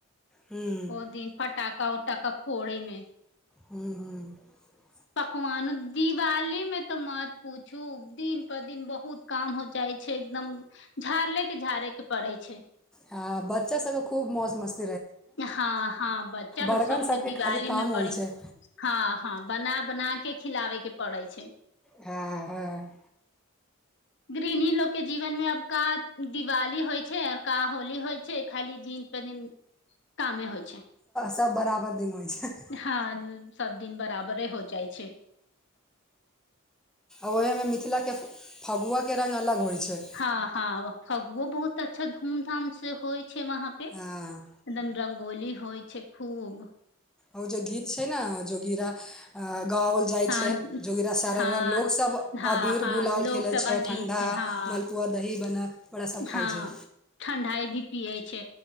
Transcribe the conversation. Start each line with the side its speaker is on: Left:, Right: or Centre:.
Centre: हम्म
Left: ओ दिन फट टाका उटाका फोड़ैमे
Centre: हूंअ् हूंअ्
Left: पकवान दिवाली मे तऽ मत पूछू दिन पर दिन बहुत काम हो जाइ छै एकदम झाड़ले के झाड़े के पड़ै छै
Centre: आ बच्चा सबके खूब मौस मस्त
Left: हां हां बच्चा
Centre: बड़कन
Left: सबके
Centre: सभके
Left: दिवाली
Centre: खाली काम
Left: मे बड़ी
Centre: होइ छै
Left: हां हां बना बना के खिलाबे के पड़ै छैइ
Centre: हँअ् हंअ्
Left: गृहणी लोग के जीवन में आब का दिवाली होइ छैइ आ का होली होइ छैइ खाली दिन पर दिन कामे होइ छैइ छय
Centre: सब बराबर दिन होइ छै आ
Left: हां सब दिन बराबरे हो जाइ छैइ
Centre: ओहे में मिथिला के फगुआ के रंग अलग होइ छै
Left: हां हां फगूओ बहुत अच्छा धूम धाम से होय छै वहाँ पे कदम
Centre: हँ
Left: रंग होली होइ छै खूब
Centre: ओ जे गीत छैइ ना जोगिरा गावल जाइ
Left: हँ
Centre: छैइ जोगिरा सारा
Left: हँ
Centre: रा लोक सब
Left: हँ
Centre: अबीर
Left: हँ
Centre: गुलाल
Left: लोक
Centre: खेलै
Left: सभक
Centre: छैइ
Left: गीत
Centre: ठण्डा
Left: छै हँ
Centre: मालपुआ दही बन बड़ा ओकरा सब
Left: हँ
Centre: खाइ छै
Left: ठण्डाइ भी पियै छै